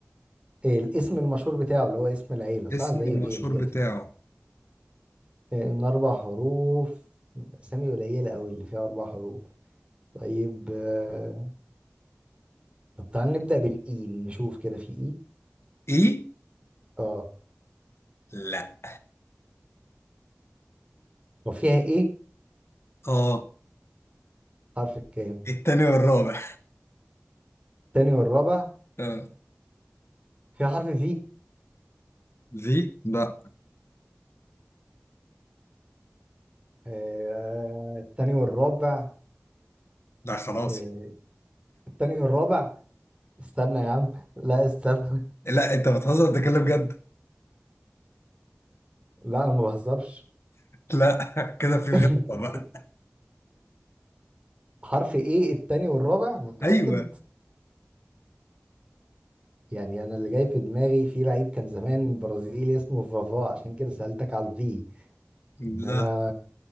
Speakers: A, on the right; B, on the left.
A: إيه الاسم المشهور بتاعه اللي هو اسم العيلة صح
B: اسم
A: زي
B: المشهور
A: بيل كده
B: بتاعه
A: إيه من أربع حروف أسامي قليلة قوي اللي فيها أربع حروف طيب آه، طب تعال نبدأ بالإي نشوف كده في إي
B: اي
A: اه
B: لا
A: طب فيها إيه
B: اه
A: حرف الكام
B: التاني والرابع
A: التاني والرابع
B: اه
A: فيها حرف في
B: في لا
A: آه، التاني والرابع
B: لا خلاص
A: آه، التاني والرابع استنى يا عم لا استنى
B: لا انت بتهزر ده كلام جد
A: لا انا ما بهزرش
B: لا <laughs> كده في
A: <laughs>
B: غلطة بقى
A: حرف ايه التاني والرابع متأكد
B: ايوه
A: يعني انا اللي جاي في دماغي في لعيب كان زمان برازيلي اسمه فافا عشان كده سألتك على الفي
B: لا
A: انما